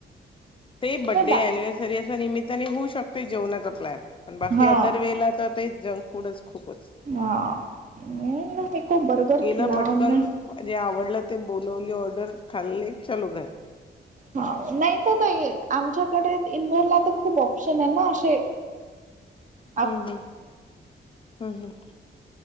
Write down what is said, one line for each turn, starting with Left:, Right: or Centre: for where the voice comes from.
Left: ते बड्डे
Right: दा
Left: अनिव्हर्सरी अशा निमित्याने होऊ शकते जेवणाचा प्लॅन. आणि बाकी
Right: हा
Left: अदर वेळेला तर ते जंक फूडच खूपच.
Right: हा. <unintelligible> बर्गर
Left: गेलं
Right: खिलाने
Left: पटकन
Right: -
Left: जे आवडलं ते बोलवली ऑर्डर खाल्ली. चलो घर.
Right: हां. नाही तर ते आमच्याकडे इंदोरला तर खूप ऑप्शन आहे ना असे- ह
Left: हम्म. हम्. हम्म. हम्म.